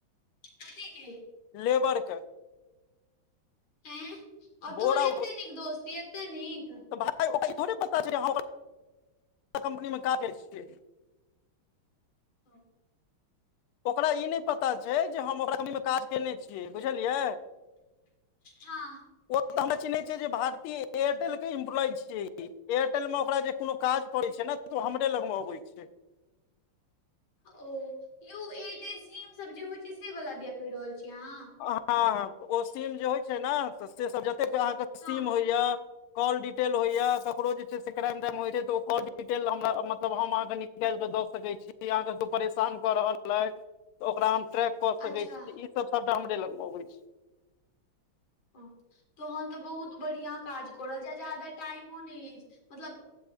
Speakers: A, on the left (about 70°); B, on the left (about 85°).
A: कथी के?
B: लेबर क।
A: एंह और
B: बोरा
A: तोहर एत्ते नीक दोस्ती एत्ते नीक।
B: है ओकरा इ थोड़े पता छै हम ओकर कम्पनी मे काज करै छियै।
A: हँ
B: ओकरा इ नै पता छै जे हम ओकरा कंपनी मे काज केने छियै बुझलियै।
A: हँ
B: ओ त हमरा चिन्है छै जे भारतीय एयरटेल के इम्प्लॉय छियै इ एयरटेल मे ओकरा जे कोनो काज पड़ै छै ने त ओ हमरे लग मे अबै छै।
A: ओ यौ ओ एयरटेल सीम सब जे होइ छै से बला दिया कहि रहल छी अहाँ?
B: हँ हॅं ओ सीम जे होइ छै नऽ त से सब जतेक के अहाँ के सीम
A: हँ
B: होइयऽ कॉल डिटेल होइये ककरो जे छै से क्राइम - डाइम होइ छै त ओ कॉल डिटेल हमरा मतलब हम अहाँके नि निकालि केऽ दऽ सकै छी अहाँ कतौ परेशान कऽ रहल अइ त ओकरा हम ट्रैक कऽ सकै
A: अच्छा
B: छी इ सब सबटा हमरे लग मे अबै छै।
A: ओ तहन तऽ बहुत बढ़ियां काज कऽ रहल छी आ जादा टाइमो नै अइछ मतलब